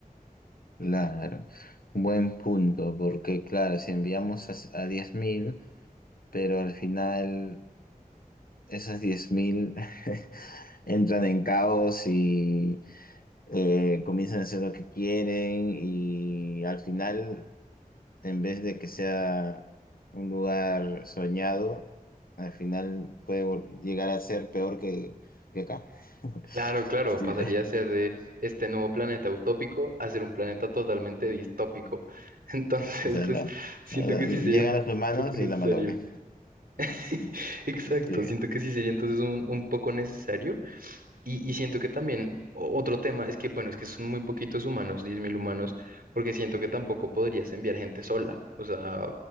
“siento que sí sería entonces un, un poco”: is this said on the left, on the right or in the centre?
Right